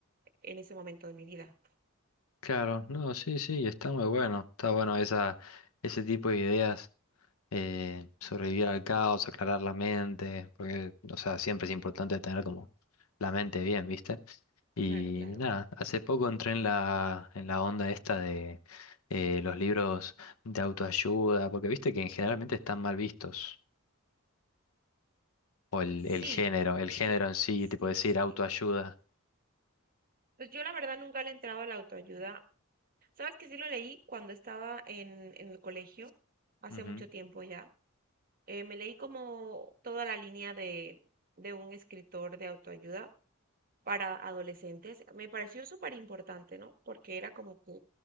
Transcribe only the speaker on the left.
Claro, no, sí, sí, está muy bueno. Está bueno esa, ese tipo de ideas, eh, sobrevivir
al caos, aclarar la mente, porque, o sea, siempre es importante tener como la mente bien, ¿viste? Y
nada, hace poco entré en la, en la onda esta de eh, los libros de autoayuda, porque viste que generalmente
están mal vistos, o el,
el género, el género en sí,
tipo decir
autoayuda.
Ujú.